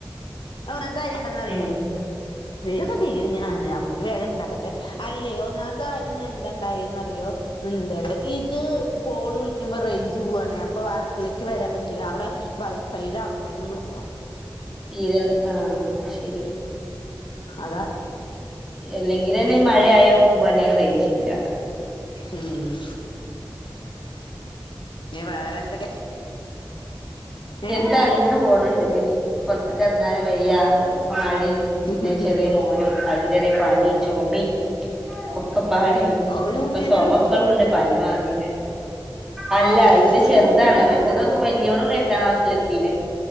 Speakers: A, on the left; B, in the centre.
A: ഓന താര്യണ്ടന്ന അറിയോ
B: ഉം
A: വീഡിയോ ഒക്കെ ചെയ്യും ഞാൻ അപ്പളേക്ക് വേഗം ഇണ്ടാക്കട്ടെ അല്ലെയോ ഇന്നാത്തെ കാര്യം എന്തണ്ടായിറിയോ എന്ത ഇത് കോള് വിളിക്കുമ്പോ റെയ് ജൂ പോവാണ് അപ്പൊ അടുക്കളേക്ക് വരാൻ
B: ഉം
A: പറ്റില്ല അവിടെ വൈഫൈയുടെ അവിടെത്തന്നെ നിക്കണം
B: തീരെ ആഹ് ശരി
A: അതാണ്
B: അല്ലെങ്കിലന്നെ ഈ മഴ ആയി വോക്കുമ്പോന്നെ റേഞ്ചില്ല
A: ഉം നീ വേറെ എന്തൊക്കെ ഏ
B: എന്താ അങ്ങനെ പോണണ്ട് പുറത്തേക്ക് ഇറങ്ങാനും വെയ്യ ഇപ്പ മഴയും
A: ആഹ്
B: പിന്നെ ചെറിയ മോനും അതിന്റെ ഇടെൽ പനിയും ചുമയും ഒക്കെ പാട
A: ഒരു കുട്ടിയന്നെ
B: ചുമപ്പളും
A: ഉള്ളൂ
B: ഉണ്ട് പനി മാറില്ല അല്ല
A: ഉം
B: ഇന്റെ
A: ഒരു
B: ചെറുതാണ്
A: കുട്ടിയന്നെ ഉള്ളൂ
B: മറ്റത് അതൊക്കെ വലിയോടെ എട്ടാം ക്ലാസ്സൽ എത്തിന